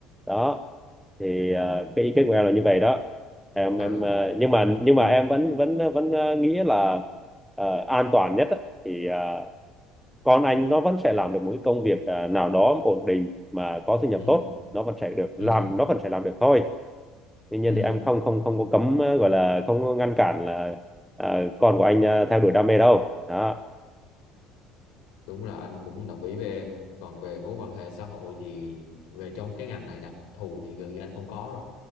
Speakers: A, in the centre; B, on the left.
A: đó thì ờ, cái ý kiến của em là như vậy đó em
B: ờ
A: em ờ, nhưng mà nhưng mà em vẫn vẫn ờ, vẫn ờ, nghĩ là ờ, an toàn nhất á, thì ờ, con anh nó vẫn sẽ làm được một cái công việc ờ, nào đó ổn định mà có thu nhập
B: ừ
A: tốt nó vẫn sẽ được
B: ừ
A: làm nó vẫn sẽ làm được thôi tuy nhiên
B: ừ
A: thì em không không không có cấm ờ, gọi là không có ngăn cản là ờ, con của anh ờ, theo đuổi đam mê đâu đó
B: đúng là anh cũng đồng ý với em còn về mối quan hệ xã hội thì về trong cái ngành này đặc thù thì gần như anh không có rồi